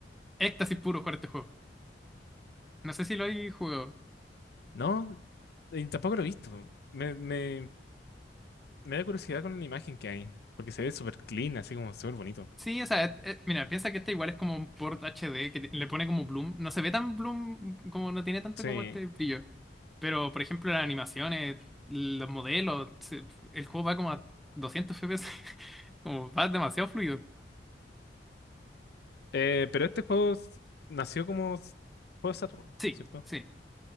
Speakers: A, in the centre; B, on the left.
A: éxtasis puro jugar este juego. No sé si lo hay jugado.
B: No, y tampoco lo he visto. Me, me Me da curiosidad con la imagen que hay, porque se ve súper clean, así como súper bonito.
A: Sí, o sea, eh, eh, mira, piensa que este igual es como un port HD que le pone como bloom. No se ve tan bloom, como no tiene tanto
B: Sí,
A: como este brillo. Pero, por ejemplo, las animaciones, los modelos, se- el juego va como a 200 FPS. <laughs> Como va demasiado fluido.
B: eh, pero este juego s- nació como s- juego de Saturn,
A: Sí,
B: ¿cierto?
A: sí.